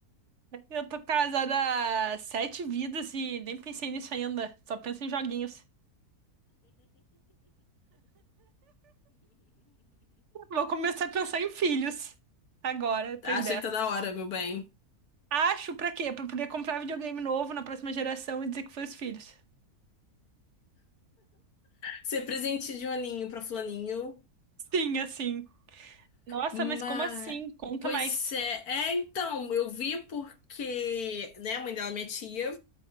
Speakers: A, on the right (about 50°); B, on the left (about 70°).
A: Eu tô casada há sete vidas e nem pensei nisso ainda. Só penso em joguinhos. Vou começar a pensar em filhos agora, depois
B: Acha
A: dessa.
B: que tá na hora, meu bem.
A: Acho pra quê? Pra poder comprar videogame novo na próxima geração e dizer que foi os filhos.
B: Ser presente de Juninho pra Flaninho.
A: Sim, assim. Nossa,
B: Mas.
A: mas como assim? Conta
B: Pois
A: mais.
B: é. É, então, eu vi porque, né, a mãe dela, minha tia,